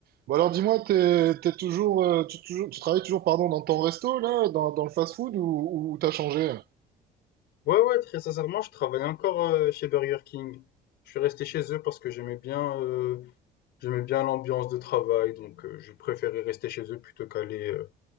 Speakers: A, on the right; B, on the left.
A: Bon alors dis-moi, t'es, t'es toujours, euh, tu, toujours, tu travailles toujours pardon dans ton resto là, dans, dans le fast-food ou, ou t'as changé?
B: Ouais, ouais, très sincèrement, je travaillais encore euh, chez Burger King. Je suis resté chez eux parce que j'aimais bien, euh, j'aimais bien l'ambiance de travail, donc euh, je préférais rester chez eux plutôt qu'aller euh,